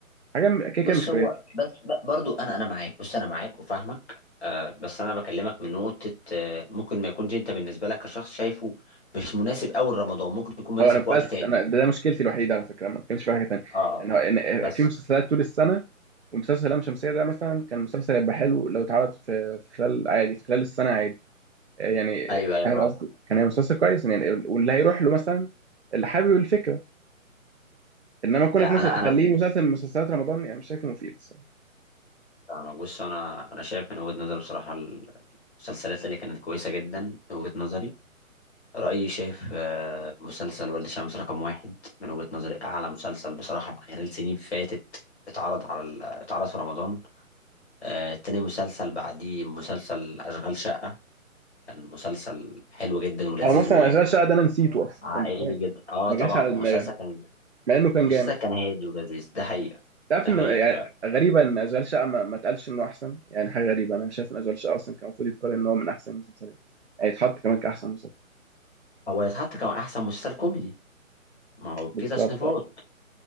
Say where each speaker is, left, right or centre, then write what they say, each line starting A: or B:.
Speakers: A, on the right (about 50°); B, on the left (about 50°).
A: حاجه م- كده
B: بص
A: كده مش كويسه
B: هو بس ب- برضو انا انا معاك بص انا معاك وفاهمك آه بس انا بكلمك من نقطة آه ممكن ما يكونش انت بالنسبة لك كشخص شايفه مش مناسب اول رمضان ممكن يكون مناسب
A: هو انا بس
B: في وقت تاني
A: انا ده ده مشكلتي الوحيده على فكره ما كانش في حاجه تانيه
B: اه آه.
A: يعني هو إن-
B: بس
A: في مسلسلات طول السنه ومسلسل لام شمسيه ده مثلا كان مسلسل هيبقى حلو لو اتعرض في في خلال عادي في خلال السنه عادي يعني
B: أيوة أيوة
A: فاهم
B: فاهم
A: قصدي كان هيبقى مسلسل كويس يعني واللي هيروح له مثلا اللي حابب الفكره انما كونك
B: لا
A: مثلا
B: انا
A: تخليه
B: انا
A: مسلسل من مسلسلات رمضان يعني مش شايفه مفيد الصراحه
B: فاهمك بص انا انا شايف من وجهة نظري بصراحة المسلسلات اللي كانت كويسة جدا من وجهة نظري رأيي شايف آه، مسلسل ولد شمس رقم واحد من وجهة نظري أعلى مسلسل بصراحة خلال سنين فاتت اتعرض على ال... اتعرض في رمضان آه، تاني مسلسل بعديه مسلسل أشغال شقة كان مسلسل حلو جدا ولذيذ
A: او مثلا اشغال شقه ده انا نسيته اصلا
B: وعائلي
A: يعني فاهم؟
B: جدا اه
A: ما
B: طبعا
A: جاش على
B: مسلسل
A: دماغي
B: كان
A: مع انه كان
B: مسلسل
A: جامد
B: كان هادي ولذيذ ده حقيقة
A: تعرف
B: ده
A: ان
B: حقيقة
A: يعني
B: فعلا
A: غريبه ان اشغال شقه ما, ما اتقالش انه احسن يعني حاجه غريبه انا شايف ان اشغال شقه اصلا كان المفروض يتقال ان هو من احسن المسلسلات يعني يتحط كمان كاحسن مسلسل
B: هو يتحط كمان أحسن مسلسل كوميدي ما هو في
A: بالظبط
B: تصنيفات
A: آه.